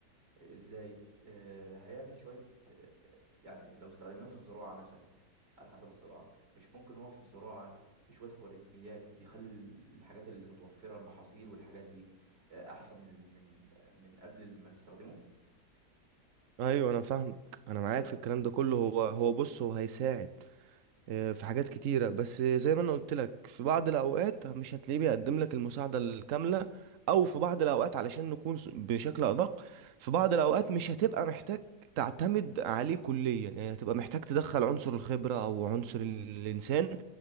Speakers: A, on the right; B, on the right.
A: آه، ازاي آه، هيعمل شويه آه، يعني لو استخدمناه في الزراعه مثلا على حسب الزراعه مش ممكن هو في الزراعه بشويه خوارزميات يخلي ال- الحاجات اللي متوفره المحاصيل والحاجات دي آه، احسن من من آه، من قبل ما نستخدمه
B: ايوه انا فاهمك انا معاك
A: ف- ف-
B: في الكلام ده كله هو هو بص هو هيساعد آه، في حاجات كتيرة بس زي ما انا قلت لك في بعض الاوقات مش هتلاقيه بيقدم لك المساعدة الكاملة او في بعض الاوقات علشان نكون س- بشكل ادق في بعض الاوقات مش هتبقى محتاج تعتمد عليه كليا يعني هتبقى محتاج تدخل عنصر الخبرة او عنصر ال- الانسان